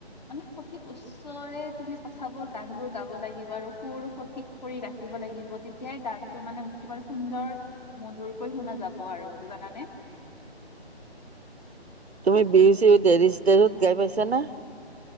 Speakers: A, on the left; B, on the right.
A: মানে সঠিক উচ- চৰে তুমি কথাবোৰ গান বোৰ গাব লাগিব আৰু সুৰ সঠিক কৰি ৰাখিব লাগিব। তেত- তেতিয়াই গানটো মানে তোমাৰ সুন্দৰ মধুৰকৈ শুনা যাব আৰু জানানে।
B: তুমি বিৰ চিৰ টেৰিষ্ট তেৰত গাই পাইছা না?